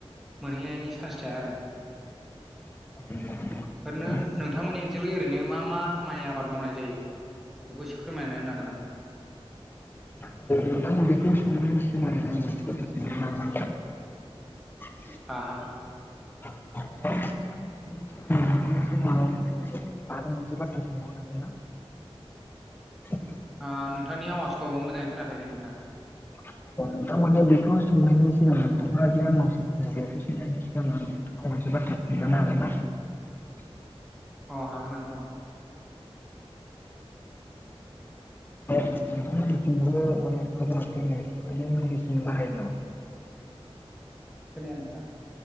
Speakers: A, in the centre; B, on the left.
A: मोनहैनायनि चान्स थाया आरो
B: <inaudible>
A: ओरैनो नोंथांमोननि ओनसोलाव ओरैनो मा मा माइ आबाद मावनाय जायो बेखौ एसे फोरमायना होनो हागोन नामा
B: <inaudible> <unintelligible>
A: हा हा
B: <inaudible> <unintelligible>
A: ओ नोंथांनि आवाजखौ मोजाङै खोनाफैयाखै नोंथां
B: <unintelligible> मोनसे बाथ्रा खिनथानो हागोन ना
A: अ हागोन नोंथां औ
B: नोंथांमोननिथिंबो माने मिसिन बाहायो
A: खोनाया नोंथां।